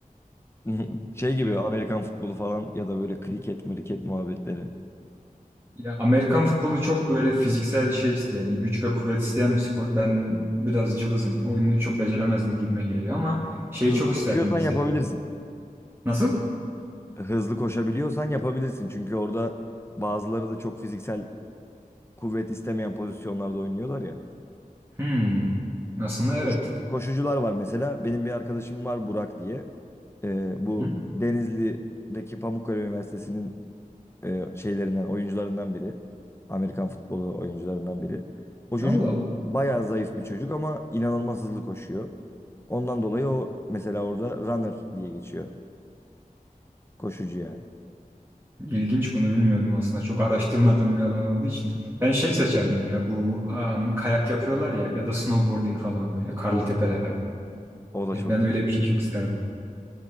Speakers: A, on the left; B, on the right.
A: <laughs> Şey gibi
B: <laughs>
A: Amerikan futbolu falan ya da böyle kriket, mriket muhabbetleri.
B: Ya Amerikan futbolu çok böyle fiziksel şey isteyen, güç ve kuvvet isteyen bir spor. Ben biraz cılızım. Oyunu çok beceremezdim gibime geliyor ama şeyi
A: Hızlı
B: çok isterdim
A: koşuyorsan
B: mesela.
A: yapabilirsin.
B: Nasıl?
A: hızlı koşabiliyorsan yapabilirsin. Çünkü orada bazıları da çok fiziksel kuvvet istemeyen pozisyonlarda oynuyorlar ya.
B: Hmm. Aslında evet.
A: Koş- Koşucular var mesela. Benim bir arkadaşım var Burak diye. Ee, bu
B: Hı?
A: Denizli'deki Pamukkale Üniversitesi'nin e, şeylerinden, oyuncularından biri. Amerikan futbolu oyuncularından biri. O çocuk
B: Allah Allah.
A: bayağı zayıf bir çocuk ama inanılmaz hızlı koşuyor. Ondan dolayı o mesela orada runner diye geçiyor. Koşucu yani.
B: İlginç bunu bilmiyordum aslında. Çok araştırmadığım bir alan olduğu için. Ben şey seçerdim ya bu am, kayak yapıyorlar ya ya da snowboarding falan böyle karlı
A: Oo.
B: tepelerden.
A: O da
B: Ya
A: çok
B: ben öyle
A: iyi.
B: bir şey çok isterdim.